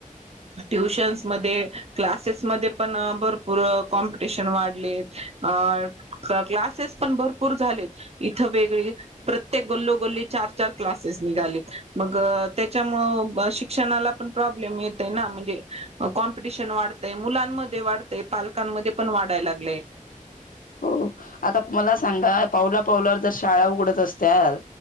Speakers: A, on the right (about 50°); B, on the left (about 85°).
A: ट्युशन्समध्ये, क्लासेसमध्ये पण भरपूर कॉम्पिटिशन वाढलेत, अ क क्लासेस पण भरपूर झालेत, इथं वेगळे प्रत्येक गल्लोगल्ली चार, चार क्लासेस निघालेत, मग त्याच्यामुंळ शिक्षणाला पण प्रॉब्लेम येत ना म्हणजे कॉमपिटिशन वाढतंय, मुलांमध्ये वाढतंय, पालकांमध्ये पण वाढाय लागलेय.
B: हो आता मला सांगा पावला पावलावर जर शाळा उघडत असत्याल,